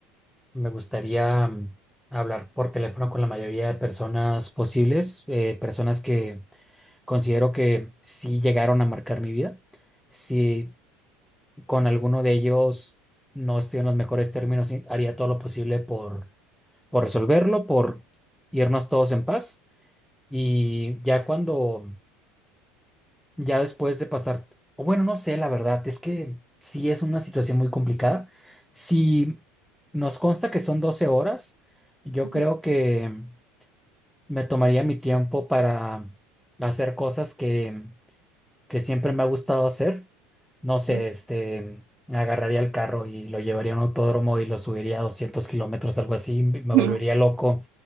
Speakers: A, in the centre; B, on the right.
A: me gustaría mm, hablar por teléfono con la mayoría de personas posibles, eh, personas que considero que sí llegaron a marcar mi vida. Si con alguno de ellos no estoy en los mejores términos, sí, haría todo lo posible por, por resolverlo, por irnos todos en paz. Y ya cuando ya después de pasar, o bueno, no sé, la verdad, es que sí es una situación muy complicada. Si nos consta que son 12 horas, yo
B: Ujú.
A: creo que me tomaría mi tiempo para hacer cosas que, que siempre me ha gustado hacer. No
B: <laughs>
A: sé, este, agarraría el carro y lo llevaría a un autódromo y lo subiría a 200 kilómetros, algo así, me me
B: Ujú.
A: volvería loco.